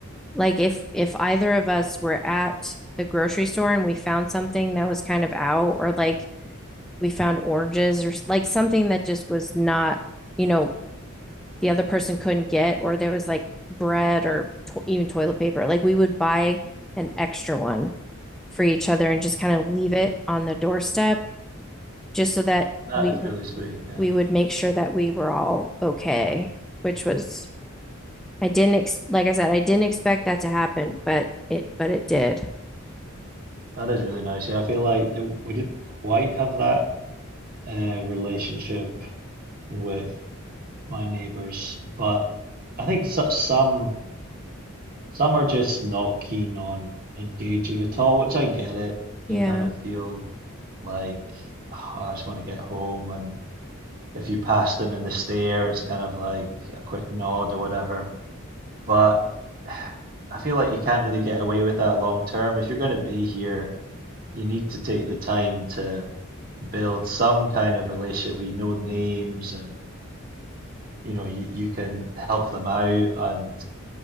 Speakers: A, in the centre; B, on the right.
A: like if if either of us were at the grocery store and we found something that was kind of out or like we found oranges or like something that just was not, you know, the other person couldn't get, or there was like bread or to- even toilet paper. Like we would buy an extra one for each other and just kind of leave it on the doorstep just so that
B: That
A: we
B: is really sweet. Yeah,
A: we would make sure that we were all okay, which was I didn't ex like I said, I didn't expect that to happen, but it but it did.
B: that is really nice. Yeah, I feel like it, we didn't quite have that uh, relationship with my neighbors, but I think so, some some are just not keen on engaging at all, which I get it.
A: Yeah.
B: You kind of feel like, "Oh, I just want to get home and if you pass them in the stair, it's kind of like a quick nod or whatever. But I feel like you can't really get away with that long term. If you're going to be here, you need to take the time to build some kind of relationship where you know names and you know you, you can help them out and